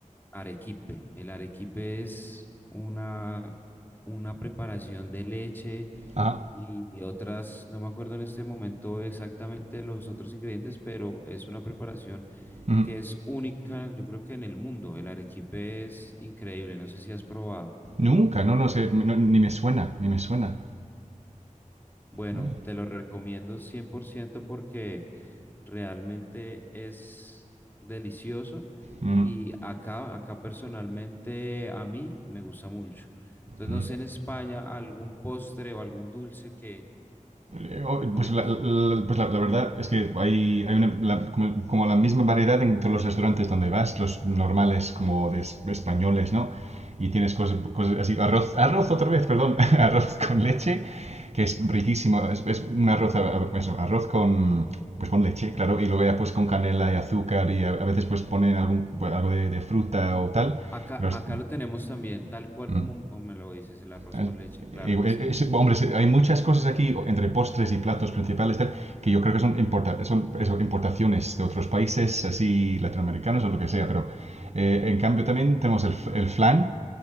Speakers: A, on the left (about 15°); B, on the right (about 55°).
A: Arequipe. El arequipe es una, una preparación de leche
B: Ah.
A: y otras, no me acuerdo en este momento exactamente los otros ingredientes, pero es una preparación
B: ujú.
A: que es única, yo creo que en el mundo. El arequipe es increíble, no sé si has probado.
B: Nunca, no, no sé, no, ni me suena, ni me suena.
A: Bueno,
B: Ah,
A: te lo recomiendo 100% porque realmente es delicioso
B: ujú,
A: y acá, acá personalmente a mí me gusta mucho. Entonces,
B: ujú.
A: no sé en España algún postre o algún dulce que,
B: Eh,
A: que
B: oh,
A: me recomiendes.
B: Pues la, la- pues la- la verdad es que hay, hay una, la- como, como la misma variedad en todos los restaurantes donde vas, los normales como de es- españoles, ¿no? Y tienes cosas, cosas así, arroz, arroz otra vez, perdón, <laughs> arroz con leche, que es riquísimo, es, es un arroz, a- a- eso, arroz con, pues con leche, claro, y luego ya pues con canela y azúcar y a, a veces pues ponen algún, pues, algo de, de fruta o tal.
A: Acá,
B: Los-
A: acá lo tenemos también, tal cual
B: mm.
A: como como me lo dices, el arroz
B: Eh,
A: con leche, claro
B: eh,
A: que sí.
B: es- hombre, hay muchas cosas aquí entre postres y platos principales tal, que yo creo que son, importa- son eso, importaciones de otros países, así latinoamericanos o lo que sea, pero eh, en cambio también tenemos el, f- el flan,